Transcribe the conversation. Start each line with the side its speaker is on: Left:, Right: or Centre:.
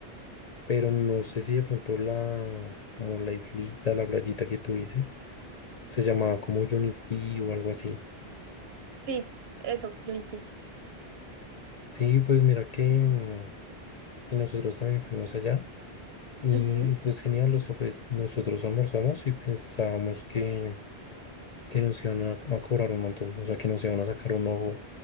Left: pero no sé si de pronto la, como la islita, la playita que tú dices, se llamaba como Yonití o algo así.
Right: Sí, eso, Junichi.
Left: Sí, pues mira que, mm, que nosotros también fuimos allá Y
Right: Ujú,
Left: pues genial, o sea, pues nosotros almorzamos y pensábamos que, que nos iban a, a cobrar un montón, o sea, que nos iban a sacar un ojo